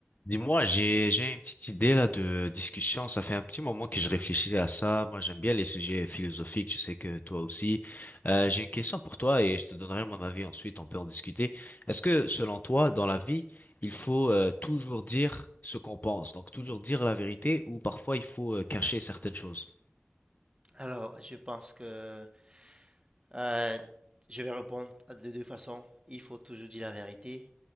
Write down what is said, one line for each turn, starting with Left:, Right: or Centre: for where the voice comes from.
Left: Dis-moi, j'ai j'ai une petite idée là de discussion. Ça fait un petit moment que je réfléchissais à ça. Moi, j'aime bien les sujets philosophiques. Je sais que toi aussi. Euh, j'ai une question pour toi et je te donnerai mon avis ensuite. On peut en discuter. Est-ce que selon toi, dans la vie, il faut euh, toujours dire ce qu'on pense, donc toujours dire la vérité, ou parfois il faut euh, cacher certaines choses?
Right: Alors, je pense que euh, je vais répondre de deux façons. Il faut toujours dire la vérité